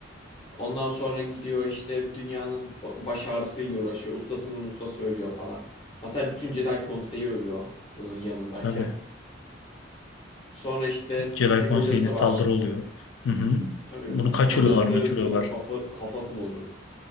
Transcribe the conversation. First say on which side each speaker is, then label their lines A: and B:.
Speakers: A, on the left; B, on the left.
A: Ondan sonra gidiyor işte dünyanın ba- baş ağrısıyla uğraşıyor. Ustasının ustası ölüyor falan. Hatta bütün Jedi konseyi ölüyor bunun yanındayken.
B: Tabii.
A: Sonra işte
B: Jedi
A: bir
B: Konseyi'ne
A: hocası
B: saldırı
A: var.
B: oluyor. Hı hı.
A: Tabii
B: Bunu kaçırıyorlar,
A: hocası
B: maçırıyorlar.
A: bunun kafa kafası bozuk.